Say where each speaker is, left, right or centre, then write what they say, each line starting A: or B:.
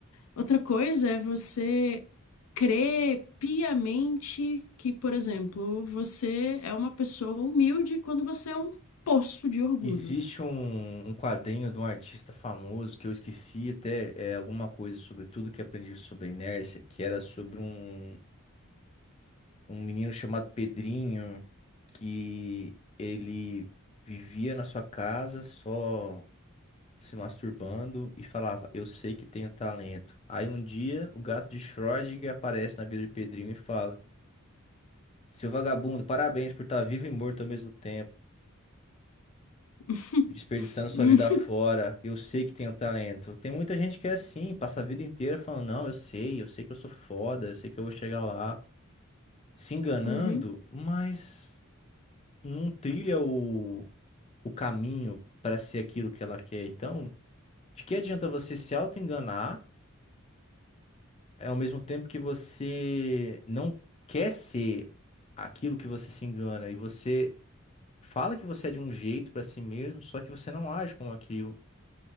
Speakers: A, on the left; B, on the left.
A: Outra coisa é você crer piamente que, por exemplo, você é uma pessoa humilde quando você é um poço de orgulho.
B: Existe um, um quadrinho de um artista famoso que eu esqueci até é, alguma coisa sobre tudo que aprendi sobre inércia, que era sobre um, um menino chamado Pedrinho, que ele vivia na sua casa só se masturbando e falava, eu sei que tenho talento. Aí um dia o gato de Schrödinger aparece na vida de Pedrinho e fala, seu vagabundo, parabéns por estar vivo e morto ao mesmo tempo.
A: <laughs>
B: desperdiçando sua
A: Hum.
B: vida fora. Eu sei que tenho talento. Tem muita gente que é assim, passa a vida inteira falando, não, eu sei, eu sei que eu sou foda, eu sei que eu vou chegar lá, se enganando,
A: Uhum,
B: mas não trilha o, o caminho para ser aquilo que ela quer. Então, de que adianta você se auto-enganar, é, ao mesmo tempo que você não quer ser aquilo que você se engana e você fala que você é de um jeito para si mesmo, só que você não age como aquilo.